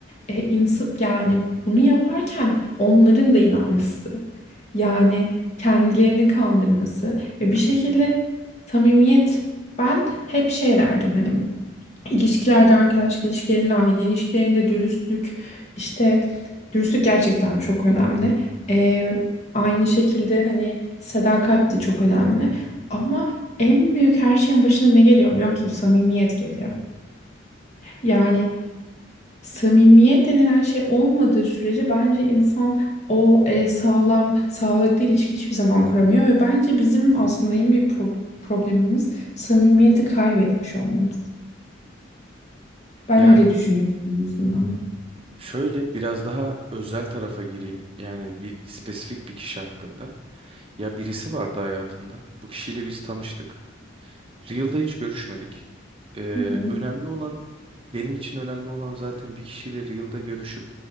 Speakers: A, on the left; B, on the right.
A: e, insan yani bunu yaparken onların da inanması. Yani kendilerini kandırması ve bir
B: Gerçekten.
A: şekilde samimiyet. Ben hep şey derdim hani İlişkilerde, arkadaşlık ilişkilerinde, aile ilişkilerinde dürüstlük, işte dürüstlük gerçekten çok önemli. Ee,
B: Hı hı,
A: aynı şekilde hani sadakat de çok önemli. Ama en büyük her şeyin başına ne geliyor biliyor musun? Samimiyet geliyor. Yani
B: doğru.
A: samimiyet denilen şey olmadığı sürece bence insan o e, sağlam, sağlıklı ilişki hiçbir zaman kuramıyor ve bence bizim aslında en büyük pro- problemimiz samimiyeti kaybetmiş olmamız. Ben
B: Yani
A: öyle düşünüyorum en azından.
B: Şöyle biraz daha özel tarafa gireyim. Yani bir spesifik bir kişi hakkında. Ya birisi vardı hayatımda. Bu kişiyle biz tanıştık. Real'da hiç görüşmedik. Ee,
A: Hı hı,
B: önemli olan benim için önemli olan zaten bir kişiyle Real'da görüşüp